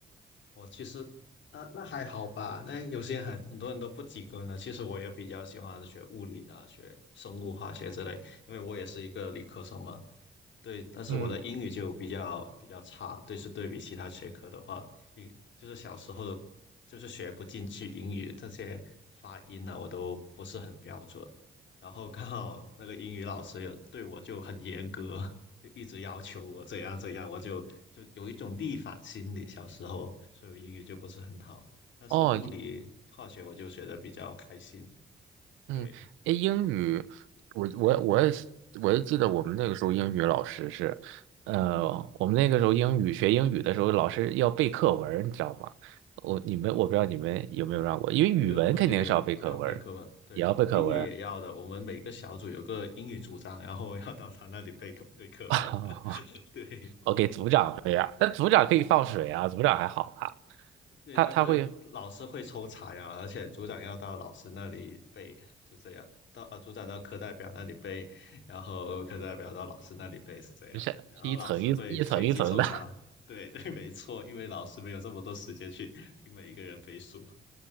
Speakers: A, on the left; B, on the right.
A: 我其实那那还好吧，那有些很很多人都不及格呢。其实我也比较喜欢学物理啊，学生物化学之类，因为我也是一个理科生嘛。对，但是我的英语就比较比较差，
B: 嗯，
A: 对，是对比其他学科的话，一就是小时候的，就是学不进去英语这些发音呢、我都不是很标准。然后刚好那个英语老师有对我就很严格，就一直要求我怎样怎样，我就就有一种逆反心理。小时候，所以我英语就不是很好，但是物理、
B: 哦，
A: 化学我就学的比较开心。
B: 嗯，
A: 对，
B: 诶，英语，我我我也是，我也记得我们那个时候英语老师是，呃，我们那个时候英语学英语的时候，老师要背课文儿你知道吗？我你们我不知道你们有没有让过，
A: 嗯。我对我们也有也要背课文，
B: 因为语文肯定是要背课文儿也要背课文儿。
A: 对，英语也要的。我们每个小组有个英语组长，然后要到他那里背课背课文。
B: <laughs>
A: <laughs> 对
B: 我给组长背啊，那组长可以放水啊，组长还好吧？
A: 对，
B: 他他会
A: 但是老师会抽查呀，而且组长要到老师那里背，就这样。到啊，组长到课代表那里背，然后课代表到老师那里背是这样，
B: 是是一层一一层一层的，
A: 然后老师会随机抽查。对 <laughs> 对，没错，因为老师没有这么多时间去听每一个人背书。